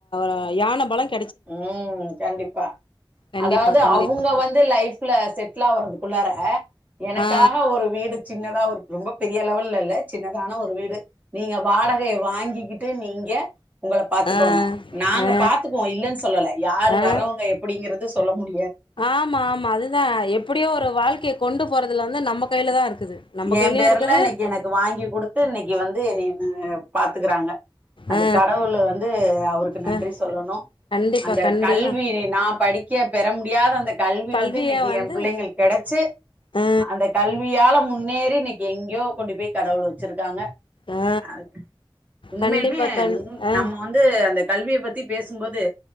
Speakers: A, on the left; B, on the right.
A: ஒரு யான பலங்க
B: உம் கண்டிப்பா
A: கண்டிப்பா
B: அதாவது
A: கண்டிப்பா
B: அவங்க வந்து லைஃப்ல கில்லவோடாது உள்ளார எனக்காக
A: ஆ
B: ஒரு வீடுக்கு சின்னதா ரொம்ப பெரிய லெவல் இல்ல சின்னதான ஒரு வீடு நீங்க வாடகையை வாங்கிக்கிட்டு நீங்க உங்களை பாத்துக்கோங்க
A: ஆ
B: நாங்க
A: ஆ
B: பாத்துக்கவோம் இல்ல யார்
A: ஆ
B: வர்றவங்க எப்படிங்கிறது சொல்ல முடியும்
A: ஆமா ஆமா அதுதான் எப்படியோ ஒரு வாழ்க்கையை கொண்டு போறதுல வந்து நம்ம கையில தான் இருக்குது நம்ம
B: என்
A: கையிலயு
B: பேர்ல
A: இருக்குது
B: இன்னைக்கு எனக்கு வாங்கி கொடுத்து இன்னைக்கு வந்து பாத்துக்குறாங்க அந்த
A: ஆ ஆ
B: கடவுள் வந்து அவருக்கு நன்றி
A: ஆ
B: சொல்லணும்
A: கண்டிப்பா
B: அந்த
A: கண்டிப்பா
B: கல்வினா படிக்க பெற முடியாத அந்த கல்வி
A: கல்விய
B: வந்து இன்னைக்கு
A: வந்து
B: என் பிள்ளைங்க கிடைச்சு
A: ஆ
B: அந்த கல்வியால முன்னேறி இன்னைக்கு எங்கேயோ கொண்டு போய் கடவுள் வச்சிருக்காங்க
A: ஆ
B: ஆஹ் உண்மையிலுமே
A: கண்டிப்பா கண் ஆ
B: நம்ம வந்து அந்த கல்வியை பத்தி பேசும்போது